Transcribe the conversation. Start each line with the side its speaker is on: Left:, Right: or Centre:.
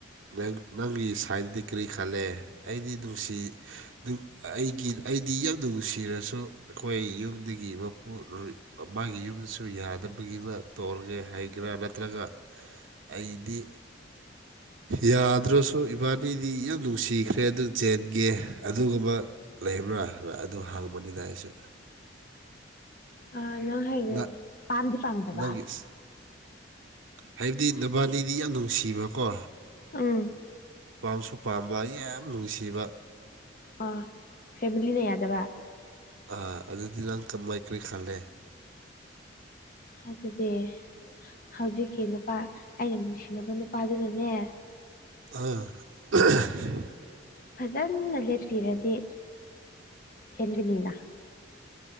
Right: ꯅꯪ ꯅꯪꯒꯤ ꯁꯥꯏꯗꯨꯗꯤ ꯀꯔꯤ ꯈꯜꯂꯦ ꯑꯩꯗꯤ ꯅꯨꯡꯁꯤ ꯅꯪ ꯑꯩꯒꯤ ꯑꯩꯗꯤ ꯌꯥꯝꯅ ꯅꯨꯡꯁꯤꯔꯁꯨ ꯑꯩꯈꯣꯏ ꯌꯨꯝꯗꯒꯤ ꯃꯄꯨ ꯔꯣꯏꯠ ꯃꯥꯒꯤ ꯌꯨꯝꯁꯨ ꯌꯥꯗꯕꯒꯤꯅ ꯇꯧꯔꯒꯦ ꯍꯥꯏꯒꯦꯔꯥ ꯅꯠꯇ꯭ꯔꯒ ꯑꯩꯗꯤ
Left: <inaudible>
Right: ꯌꯥꯗ꯭ꯔꯁꯨ ꯏꯕꯥꯅꯤꯗꯤ ꯌꯥꯝ ꯅꯨꯡꯁꯤꯈ꯭ꯔꯦ ꯑꯗꯨ ꯆꯦꯟꯒꯦ ꯑꯗꯨꯒꯨꯝꯕ ꯂꯩꯕ꯭ꯔꯥ ꯑꯗꯨ ꯍꯪꯕꯅꯤꯗ ꯑꯩꯁꯨ
Left: ꯑꯥ ꯅꯪ ꯍꯥꯏꯁꯦ
Right: ꯅ
Left: ꯄꯥꯝꯗꯤ ꯄꯥꯝꯗꯕ
Right: ꯅꯪꯒꯤꯁ ꯍꯥꯏꯕꯗꯤ ꯅꯕꯥꯅꯤꯗꯤ ꯌꯥꯝ ꯅꯨꯡꯁꯤꯕꯀꯣ
Left: ꯎꯝ
Right: ꯄꯥꯝꯁꯨ ꯄꯥꯝꯕ ꯌꯥꯝ ꯅꯨꯡꯁꯤꯕ
Left: ꯑꯥ ꯐꯦꯃꯤꯂꯤꯅ ꯌꯥꯗꯕ
Right: ꯑꯥ ꯑꯗꯨꯗꯤ ꯅꯪ ꯀꯥꯃꯥꯏ ꯀꯔꯤ ꯈꯜꯂꯦ
Left: ꯑꯗꯨꯗꯤ ꯍꯧꯖꯤꯛꯀꯤ ꯅꯨꯄꯥ ꯑꯩꯅ ꯅꯨꯡꯁꯤꯅꯕ ꯅꯨꯄꯥꯗꯨꯅꯅꯦ
Right: ꯑꯥ <unintelligible>
Left: ꯐꯖꯟꯅ ꯂꯦꯞꯄꯤꯔꯗꯤ ꯍꯦꯟꯒꯅꯤꯅ